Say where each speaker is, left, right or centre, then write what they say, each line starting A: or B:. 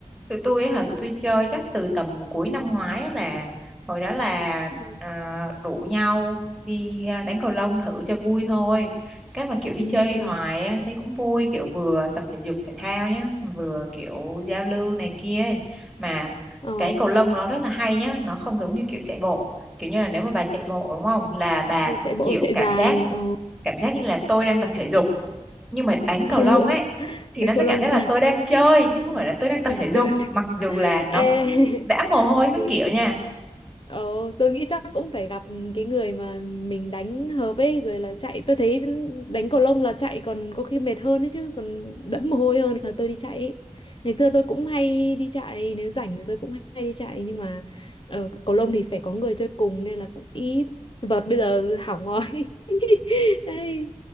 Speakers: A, in the centre; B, on the left.
A: tụi tôi á hả tụi tôi chơi chắc từ tầm cuối năm ngoái á bà hồi đó là
B: Ừ,
A: à, rủ nhau đi à, đánh cầu lông thử cho vui thôi cái mà kiểu đi
B: ừ,
A: chơi hoài á thấy cũng vui kiểu vừa tập thể dục thể thao nhá vừa kiểu giao lưu này kia ấy. mà
B: ờ,
A: cái cầu lông nó rất là hay nhá nó không giống như kiểu chạy bộ kiểu như là nếu mà bà chạy bộ đúng không là bà
B: chạy bộ
A: kiểu
B: chạy
A: cảm
B: dài,
A: giác
B: ờ.
A: cảm giác như là tôi đang tập thể dục nhưng mà đánh
B: <laughs>
A: cầu lông ấy thì
B: Đến
A: nó sẽ
B: cầu
A: cảm
B: lông
A: giác là tôi đang chơi chứ không
B: Ừ,
A: phải là tôi đang tập
B: <laughs>
A: thể dục
B: tôi nói chứ
A: mặc dù là nó
B: Ê,
A: cũng
B: <laughs>
A: vã mồ hôi các
B: thì
A: kiểu nha
B: ờ, tôi nghĩ chắc cũng phải gặp cái người mà mình đánh hợp ấy rồi là chạy tôi thấy đánh cầu lông là chạy còn có khi mệt hơn ấy chứ còn đẫm mồ hôi hơn là tôi đi chạy ấy. ngày xưa tôi cũng hay đi chạy nếu rảnh thì tôi cũng hay đi chạy nhưng mà ờ, cầu lông thì phải có người chơi cùng nên là cũng ít vợt bây giờ hỏng rồi <laughs> Đấy.